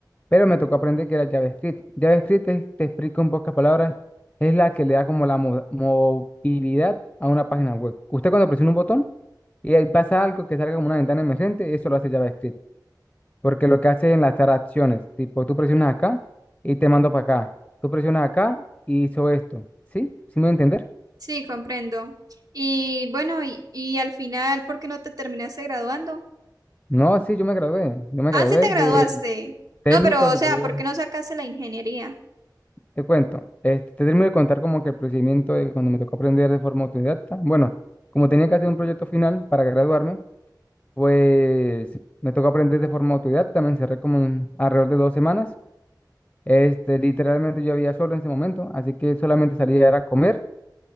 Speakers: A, on the left; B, on the right.
A: Pero me tocó aprender que era JavaScript. JavaScript, es- te explico en pocas palabras, es la que le da como la mo- movilidad a una página web. Usted cuando presiona un botón y ahí pasa algo que salga como una ventana emergente, eso lo hace JavaScript. Porque lo que hace es enlazar acciones. Tipo, tú presionas acá y te mando para acá. Tú presionas acá y hizo esto. ¿Sí? ¿Sí me voy a entender?
B: Sí, comprendo. Y bueno, y, y al final, ¿por qué no te terminaste graduando?
A: No, sí, yo me gradué. Yo me
B: Ah,
A: gradué
B: sí te graduaste.
A: de, Técnico
B: No, pero o
A: superior,
B: sea, ¿por qué no sacaste la ingeniería?
A: te cuento. Este, te termino de contar como que el procedimiento de cuando me tocó aprender de forma autodidacta. Bueno, como tenía que hacer un proyecto final para graduarme, pues me tocó aprender de forma autodidacta. Me encerré como en alrededor de dos semanas. Este, literalmente yo había solo en ese momento, así que solamente salía era a comer